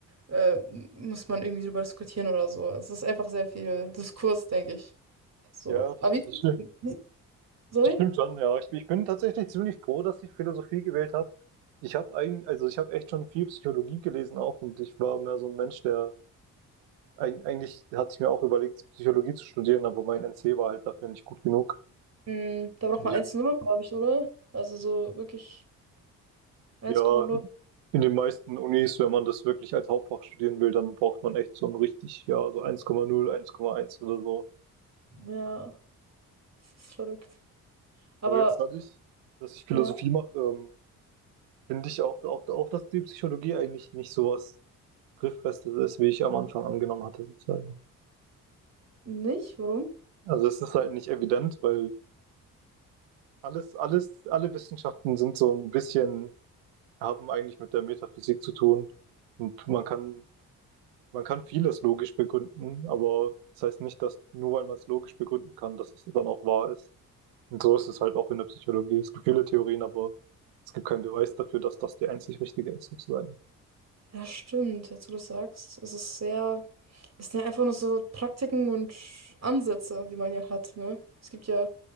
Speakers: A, on the right (about 35°); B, on the right (about 70°).
A: äh, muss man irgendwie drüber diskutieren oder so. Es ist einfach sehr viel Diskurs, denke ich. So.
B: Ja, das,
A: Aber wie,
B: das stimmt.
A: wie sorry?
B: Das Stimmt schon, ja. Ich, ich bin tatsächlich ziemlich froh, dass ich Philosophie gewählt habe. Ich habe eigentlich, also ich habe echt schon viel Psychologie gelesen auch und ich war mehr so ein Mensch, der eig- eigentlich hatte ich mir auch überlegt, Psychologie zu studieren, aber mein NC war halt dafür nicht gut genug.
A: Hm, da braucht
B: Wie
A: man
B: Jetzt,
A: 1 null glaube ich, oder? Also so wirklich eins
B: ja,
A: komma null
B: in, in den meisten Unis, wenn man das wirklich als Hauptfach studieren will, dann braucht man echt so ein richtig, ja, so 1,0, 1,1 oder so.
A: ja. Das ist verrückt. Aber
B: Aber jetzt dadurch, dass ich Philosophie
A: ja,
B: mache, ähm, finde ich auch, auch, auch, dass die Psychologie eigentlich nicht sowas grifffest ist, wie ich am Anfang angenommen hatte, sozusagen.
A: nicht? Warum?
B: Also es ist halt nicht evident, weil alles, alles, alle Wissenschaften sind so ein bisschen, haben eigentlich mit der Metaphysik zu tun. Und man kann, man kann vieles logisch begründen, aber das heißt nicht, dass nur weil man es logisch begründen kann, dass es dann auch wahr ist. Und so ist es halt auch in der Psychologie. Es gibt viele Theorien, aber es gibt keinen Beweis dafür, dass das die einzig richtige ist, sozusagen.
A: Ja, stimmt, jetzt wo du sagst, es ist sehr, es sind ja einfach nur so Praktiken und Ansätze, die man ja hat, ne? Es gibt ja,